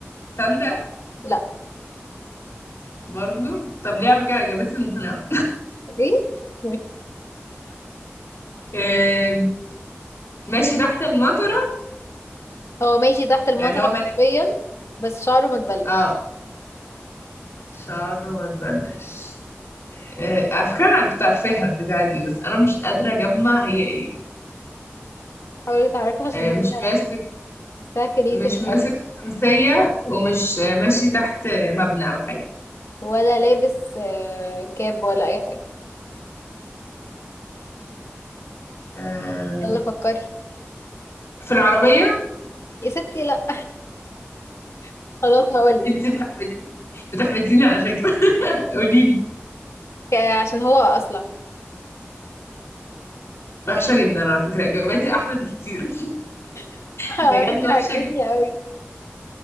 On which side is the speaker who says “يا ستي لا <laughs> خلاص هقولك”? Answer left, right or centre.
Left